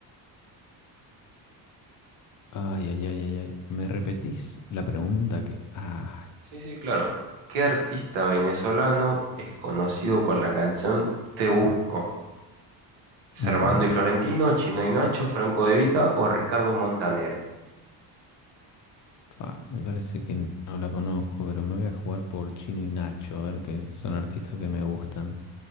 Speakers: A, on the left; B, on the right.
A: Ay, ay, ay, ay, ay. ¿Me repetís la pregunta que... Ay,
B: Sí, sí, claro. ¿Qué artista venezolano es conocido por la canción Te Busco? ¿Servando
A: mm,
B: y Florentino, Chino y Nacho, Franco De Vita o Ricardo Montaner?
A: fa, me parece que no la conozco, pero me voy a jugar por Chino y Nacho, a ver que son artistas que me gustan.